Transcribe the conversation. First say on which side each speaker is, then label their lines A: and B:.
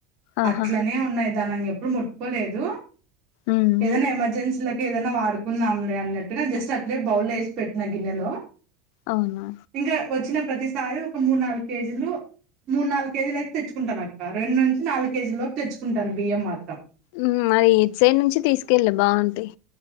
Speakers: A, on the left; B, on the right.
A: ఆహా
B: అట్లనే ఉన్నాయ్ దాన్ని ఇంగ ఎప్పుడు ముట్టుకోలేదు
A: ఉమ్
B: ఏదైనా ఎమర్జెన్సీలకి ఏదైనా వాడుకుందాంలే అన్నట్టుగా జస్ట్ అట్లేనే బౌల్ వేసి పెట్టిన గిన్నె లో
A: అవునా
B: ఇంకా వచ్చిన ప్రతిసారి ఒక మూడు నాలుగు కేజీలు మూడు నాలుగు కేజీలు అయితే తెచ్చుకుంటాను అక్క రెండు నుంచి నాలుగు కేజీలలోపు తెచ్చుకుంటాను బియ్యం మాత్రం
A: హుమ్ మరి ఇటు సైడ్ నుంచి తీసుకెళ్లు బాగుంటాయి